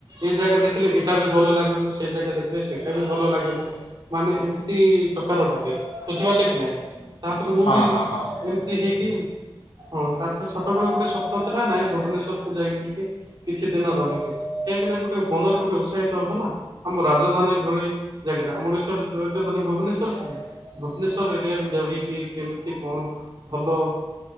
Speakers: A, on the right; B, on the left.
A: ଏ ଜାଗା ଦେଖିଲେ ଏଇଟା ବି ଭଲ ଲାଗିବ ସେ ଜାଗା ଦେଖିଲେ ସେଇଟା ବି ଭଲ ଲାଗିବ। ମାନେ ଏମିତି ପ୍ରକାର ଲାଗେ ବୁଝିପାରିଲେ କି ନାଇ? ତାପରେ ମୁଁ
B: ହଁ
A: ବି
B: ହଁ
A: ଏମିତି
B: ହଁ
A: ହେଇକି ହଁ ତାପରେ ଛୋଟ ବେଳେ ଗୋଟେ ସ୍ୱପ୍ନ ଥିଲା ନାଇ ଭୁବନେଶ୍ୱର୍ କୁ ଯାଇକି ଟିକେ କିଛି ଦିନ ରହିବି କାହିଁକି ନା ଗୋଟେ ମନରେ ଗୋଟେ ଉତ୍ସାହିତ ହବ ନା। ଆମ ରାଜଧାନୀ ଏଭଳି ଜାଗାରା ଆମ ଓଡ଼ିଶା ର ରାଜଧାନୀ ଭୁବନେଶ୍ଵର୍ କି ନାଇ? ଭୁବନେଶ୍ଵର୍ ଏରିଆରେ ଯହିକି କେମିତି କଣ ଭଲ।